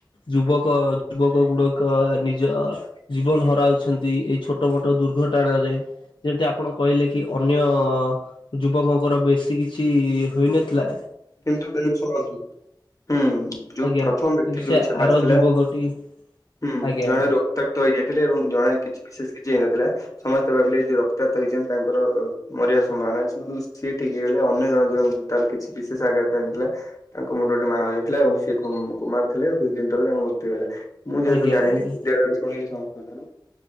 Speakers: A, on the left; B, on the left.
A: ଯୁବକ ଯୁବକ ଗୁଡକ ନିଜ ଜୀବନ ହରାଉଛି। ଏଇ ଛୋଟ ମୋଟ ଦୁର୍ଘଟଣାରେ ଯେମିତି ଆପଣ କହିଲେ କି ଅନ୍ୟ ଯୁବକଙ୍କର ବେଶୀ କିଛି ହୋଇନଥିଲା।
B: କିନ୍ତୁ <inaudible> ଶୁଣନ୍ତୁ? ହୁଁ ଯୋଉ
A: ଆଜ୍ଞା
B: ପ୍ରଥମ ବ୍ୟକ୍ତି
A: କିନ୍ତୁ
B: ଯୋଉ
A: ସେ
B: ଛେପ
A: ଆର
B: ଆସିଥିଲା
A: ଯୁବକଟି
B: ହୁଁ
A: ଆଜ୍ଞା
B: ଜଣେ
A: ଆଜ୍ଞା
B: ରକ୍ତାକ୍ତ ହେଇଯାଇଥିଲେ ଏବଂ ଜଣେ କିଛି ବିଶେଷ କିଛି ହେଇନଥିଲା ତ ସମସ୍ତେ ଭାବିଲେ ଯୋଉ ରକ୍ତାତ ହେଇଛନ୍ତି ତାଙ୍କର ମରିବାର ସମ୍ଭାବନା ଅଛି କିନ୍ତୁ ସିଏ ଠିକ ହେଇଗଲେ ଅନ୍ୟ ଜଣେ ଜ ଯିଅନ୍ତୁ। ତାର କିଛି ବିଶେଷ ଆଘାତ ଆଣିଥିଲା। ତାଙ୍କ ମୁଣ୍ଡଟା ମାଡ ହେଇଥିଲା ଏବଂ ସିଏ କୋମାରୁଥିଲେ କିଛି ଦିନ ତଳେ ତାଙ୍କ ମୃତ୍ୟୁ ହୋଇଗଲା। ମୁଁ ଯେହେତୁ
A: ଆଜ୍ଞା
B: ଜାଣିଲି
A: ଆଜ୍ଞା
B: ବିଦ୍ୟାଳୟରେ ଶୁଣିଲି ସମସ୍ତଙ୍କଠାରୁ